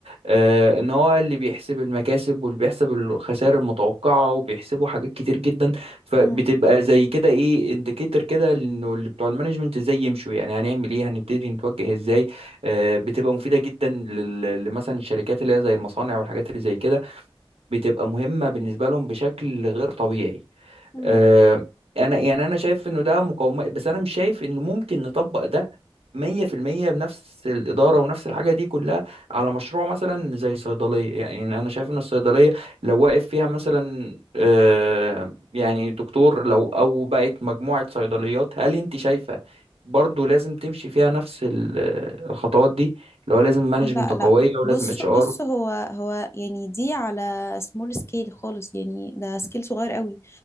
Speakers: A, on the right; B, on the left.
A: آه، ان هو اللي بيحسب المكاسب واللي بيحسب الخسائر المتوقعه وبيحسبوا حاجات كتير جدا فبتبقى
B: مم.
A: زي كده ايه انديكيتور كده انه اللي بتوع المانجمنت ازاي يمشوا يعني هنعمل ايه هنبتدي نتوجه ازاي آه، بتبقى مفيده جدا لل- لمثلا الشركات اللي هي زي المصانع والحاجات اللي زي كده بتبقى مهمة بالنسبة لهم بشكل غير طبيعي
B: مم.
A: آه، انا يعني انا شايف انه ده مقاومة بس انا مش شايف انه ممكن نطبق ده 100% بنفس الإدارة ونفس الحاجة دي كلها على مشروع مثلا زي صيدلية يعني أنا شايف إن الصيدلية لو واقف فيها مثلا آه، يعني دكتور لو أو بقت مجموعة صيدليات هل أنت شايفة برضو لازم تمشي فيها نفس ال- آه، الخطوات دي اللي هو لازم مانجمنت
B: لا
A: قوية
B: لا
A: ولازم
B: بص
A: اتش
B: بص
A: ار
B: هو هو يعني دي على سمول سكيل خالص يعني ده سكيل صغير قوي